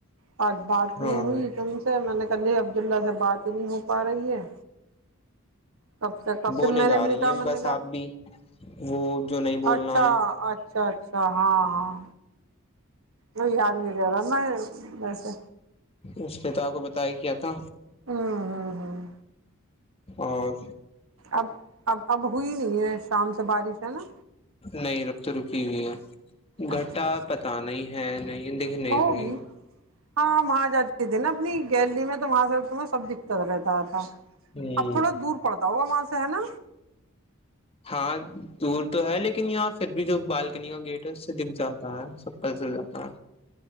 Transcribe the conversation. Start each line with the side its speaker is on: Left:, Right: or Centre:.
Right: بات بات
Left: ہاں
Right: نہیں ہوئی سے میں نے کہی عبد اللہ سے بات ہی نہیں ہو پا رہی ہے کب سے کب
Left: بولے
Right: پھر میں
Left: جا
Right: نے بھی
Left: رہی
Right: لکھا
Left: ہیں
Right: میں
Left: بس
Right: نے کہا
Left: آپ بھی وہ جو نہیں بولنا
Right: اچھا
Left: ہے
Right: اچھ اچھا اچھا ہاں ہاں وہ یاد نہیں رہ رہا نا ویسے
Left: اس پتا کو بت ہی کیا تھا
Right: ہوں ہوں ہوں
Left: اور
Right: اب اب اب ہوئی نہیں ہے شام سے بارش ہے نا
Left: نہیں رکھ تو رکی ہوئی ہے
Right: اچھا
Left: گھٹا پت نہیں ہے نہیں دکھنے
Right: ہوگی
Left: چاہیے
Right: ہاں وہاں جاتی تھی نا اپنی گیلری میں تو وہاں سے تمہیں سب دکھتا رہتا تھا
Left: رہی
Right: اب تھوڑا
Left: ہ
Right: دور پڑتا ہوگا وہاں سے ہے نا
Left: ہاں دور تو ہے لیکن یہاں پھر بھی جو بالکنی کا گیٹ ہے اس سے دکھ جاتا ہے سب پ چل جاتا ہے